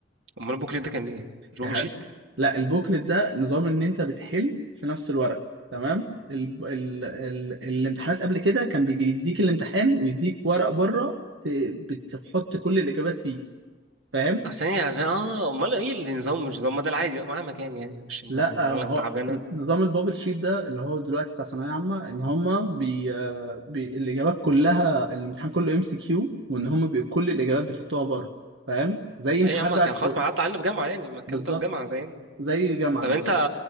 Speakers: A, on the right; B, on the right.
A: امال البوكلت ده كان ايه مش بابل
B: يا حبيبي.
A: شيت
B: لا البوكلت ده نظام ان انت بتحل في نفس الورقه تمام ال... ال... ال... الامتحانات قبل كده كان بيديك الامتحان ويديك ورق بره ت... بتحط كل الاجابات فيه فاهم
A: اصل هي عشان- اه امال ايه النظام مش نظام ما ده العادي مهما كان يعني مش
B: لا
A: احنا عالم
B: ما هو
A: تعبانه
B: ن- نظام البابل شيت ده اللي هو دلوقتي بتاع ثانويه عامه ان هما بي... آه، بي... الاجابات كلها الامتحان كله ام سي كيو وان هما بي... كل الاجابات بيحطوها بره فاهم زي امتحانات
A: اي يا عم
B: بقى
A: كان
B: الكو...
A: خلاص ما عدى علينا في جامعه يعني ما الكلام
B: بالظبط
A: ده في جامعه زي
B: زي الجامعه
A: طب
B: دلوقتي
A: انت